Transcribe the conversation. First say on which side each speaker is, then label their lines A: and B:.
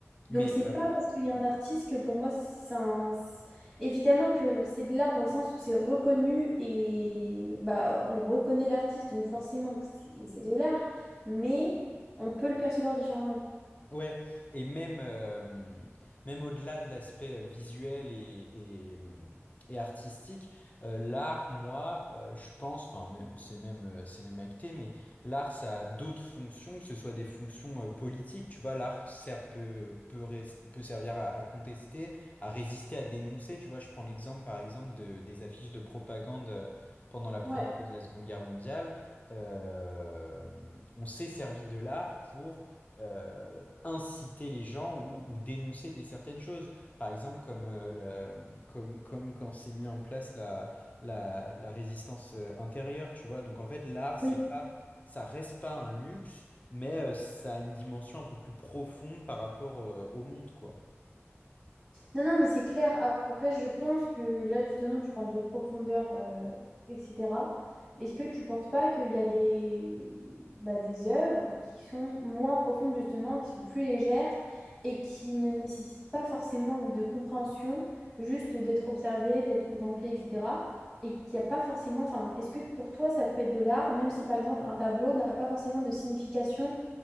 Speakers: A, on the left; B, on the left.
A: Donc,
B: Mais,
A: c'est pas parce qu'il y a un artiste que pour moi, c'est un... c'est- Évidemment que c'est de l'art dans le sens où c'est reconnu et bah, on reconnaît l'artiste, donc forcément que c'est c'est de l'art, mais on peut le percevoir différemment.
B: Ouais, et même, euh, même au-delà de l'aspect euh, visuel et, et, euh, et artistique, euh, l'art, moi, euh, je pense, enfin, même, c'est même, euh, c'est même acté, mais l'art, ça a d'autres fonctions, que ce soit des fonctions euh, politiques, tu vois, l'art sert, peut, peut, rest- peut servir à, à contester, à résister, à dénoncer, tu vois, je prends l'exemple, par exemple, de, des affiches de propagande euh, pendant la Première
A: Ouais.
B: ou la Seconde Guerre mondiale. Euh, on s'est servi de l'art pour euh, inciter les gens ou, ou dénoncer des certaines choses. Par exemple, comme, euh, la- comme, comme quand s'est mis en place la, la, la résistance euh, intérieure, tu vois. Donc en fait, l'art, c'est
A: Oui.
B: pas, ça reste pas un luxe, mais euh, ça a une dimension un peu plus profonde par rapport euh, au monde, quoi.
A: Non, non, mais c'est clair. A- Après, je pense que là, justement, tu parles de profondeur, euh, etc. Est-ce que tu penses pas qu'il y a des, bah, des œuvres qui sont moins profondes, justement, qui sont plus légères et qui ne nécessitent pas forcément une de compréhension, juste d'être observée, d'être contemplée, etc. Et qu'il n'y a pas forcément, enfin, est-ce que pour toi, ça peut être de l'art, même si, par exemple, un tableau n'a pas forcément de signification